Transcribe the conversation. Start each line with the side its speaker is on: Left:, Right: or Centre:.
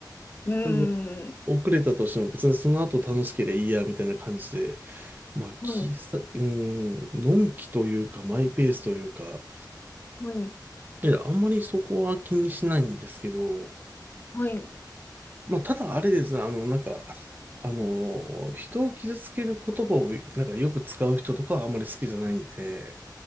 Left: うん。
Right: なんで、遅れたとしても別にその後楽しければいいや、みたいな感じで、まあ、
Left: はい。
Right: きさ、うん、のんきというか、マイペースというか、
Left: はい。
Right: いやあんまりそこは気にしないんですけど、
Left: はい。
Right: まあ、ただあれですね、あの、なんか、あのー人を傷つける言葉を、なんかよく使う人とかはあんまり好きじゃないんで、